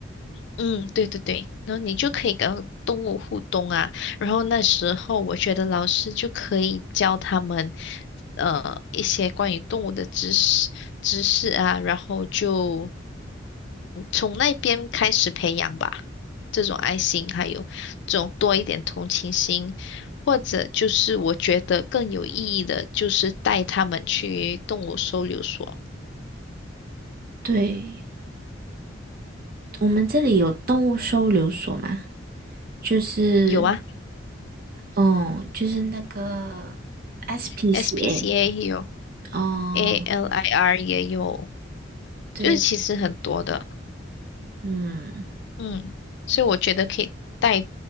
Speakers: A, on the left; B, on the right.
A: 嗯，对对对，然后你就可以跟动物互动啊。然后那时候我觉得老师就可以教他们呃一些关于动物的知识知识啊，然后就从那边开始培养吧，这种爱心，还有这种多一点同情心，或者就是我觉得更有意义的，就是带他们去动物收留所，
B: 对，我们这里有动物收留所嘛，就是
A: 有啊
B: 哦，就是那个 SPCA
A: ，SPCA 也有
B: 哦，
A: ，ALIR 也有。
B: 对，
A: 就是其实很多的，
B: 嗯，
A: 嗯，所以我觉得可以带